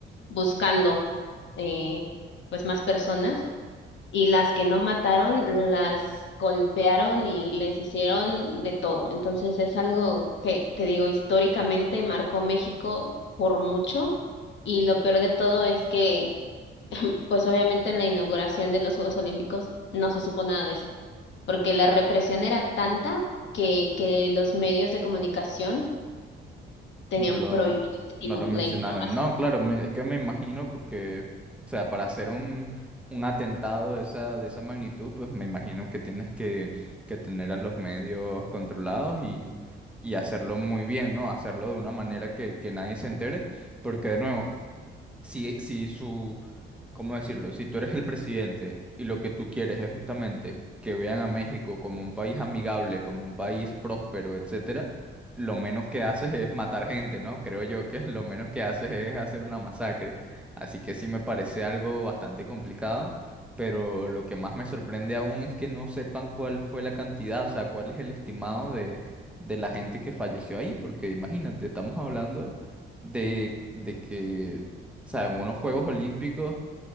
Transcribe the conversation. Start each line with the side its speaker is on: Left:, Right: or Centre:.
Left: buscando, eh, pues más personas y las que no mataron las golpearon y les hicieron de todo. Entonces es algo que, te digo, históricamente marcó México por mucho y lo peor de todo es que, <laughs> pues obviamente en la inauguración de los Juegos Olímpicos no se supo nada de eso, porque la represión era tanta que, que los medios de comunicación tenían
Centre: No lo,
Left: prohibidísimo
Centre: no lo mencionaron.
Left: la información.
Centre: No, claro, me- es que me imagino porque, o sea, para hacer un, un atentado de esa, de esa magnitud, pues me imagino que tienes que, que tener a los medios controlados y, y hacerlo muy bien, ¿no? Hacerlo de una manera que, que nadie se entere, porque de nuevo, si, si su, ¿cómo decirlo? Si tú eres el presidente y lo que tú quieres es justamente que vean a México como un país amigable, como un país próspero, etcétera, lo menos que haces es matar gente, ¿no? Creo yo que <laughs> lo menos que haces es hacer una masacre. Así que sí me parece algo bastante complicado, pero lo que más me sorprende aún es que no sepan cuál fue la cantidad, o sea, cuál es el estimado de, de la gente que falleció ahí, porque imagínate, estamos hablando de, de que, o sea, en unos Juegos Olímpicos